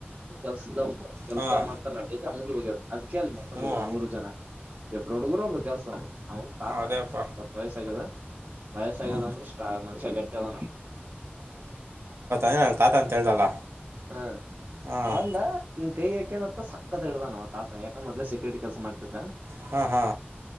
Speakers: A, on the right; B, on the right.
A: ಕೆಲ್ಸದವ್ನ್ ಕೆಲ್ಸ
B: ಹಾಂ
A: ಮಾಡ್ತಲ್ಲ ಅದೇದ ಅವ್ನ್ ಹೋಗ್ಯದ ಅದ್ಕ ಅಲ್ಲಿ ಮಕೊಂಡಿದ್ರು
B: ಹ್ಞೂ
A: ಮೂರು ಜನ ಇಬ್ರುಡುಗೃ ಒಬ್ ಕೆಲ್ಸದವ ಅವನ್ ತಾತ
B: ಅದೇಪ್ಪ
A: ಸ್ವಲ್ಪ ವಯಸ್ಸ ಆಗ್ಯದ ವಯಸ್ಸಾಗ್ಯದ
B: ಹ್ಞೂ
A: ಅಂದ್ರಷ್ಟ ಮನುಷ್ಯ ಗಟ್ಟಿಅದಾನವ
B: ಏನ ತಾತ ಅಂತ ಹೇಳ್ದಲ್ಲ
A: ಹ್ಮ
B: ಹಾಂ
A: ಬಂದ ಇನ್ ಕೈ ಯಾಕ್ಯನ ಸಕ್ಕತ್ ಹ ಇಡ್ದಾನ ಅವ ತಾತ ಯಕ ಮೊದ್ಲೆ ಸೆಕ್ಯೂರಿಟಿ ಕೆಲಸ ಮಾಡ್ತಿದ್ದ
B: ಹ್ಮ ಹಾ